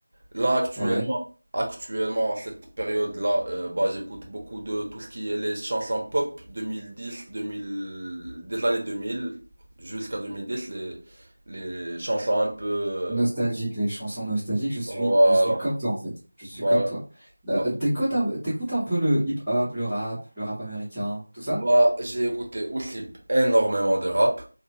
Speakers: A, on the right; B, in the centre.
A: Là, actuellement,
B: Ouais,
A: actuellement, en cette période-là, euh, bah, j'écoute beaucoup de tout ce qui est les chansons pop 2010, 2000, des années 2000 jusqu'à 2010, les, les chansons un peu. euh,
B: nostalgique, les chansons nostalgiques. Je suis,
A: Voilà.
B: je suis comme toi en fait. Je suis
A: Bah,
B: comme toi.
A: bah,
B: Euh, t'écoutes un, t'écoutes un peu le hip-hop, le rap, le rap américain, tout ça?
A: bah, j'ai écouté aussi énormément de rap,